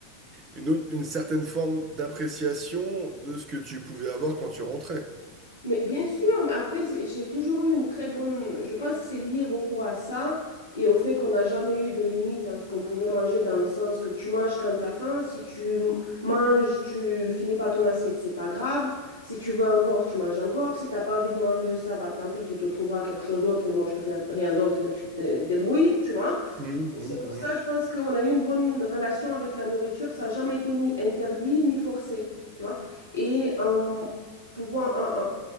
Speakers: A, on the right (about 30°); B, on the left (about 75°).
A: une autre, une certaine forme d'appréciation de ce que tu pouvais avoir quand tu rentrais.
B: Mais bien sûr, mais après, c'est- j'ai toujours eu une très bonne... Je pense que c'est lié beaucoup à ça et au fait qu'on n'a jamais eu de limite en ce qu'on pouvait manger, dans le sens que tu manges quand t'as faim, si tu m- manges, tu finis pas ton assiette, c'est pas grave. Si tu veux encore, tu manges encore. Si t'as pas envie de manger ça, bah tant pis, tu te trouveras quelque chose d'autre, mais moi je te fais rien d'autre, mais tu te dé- débrouilles, tu vois.
A: Mhm,
B: C'est pour ça, je pense qu'on a eu une bonne relation avec la nourriture. Ça n'a jamais été ni interdit ni forcé, tu vois. Et en pouvant en- en-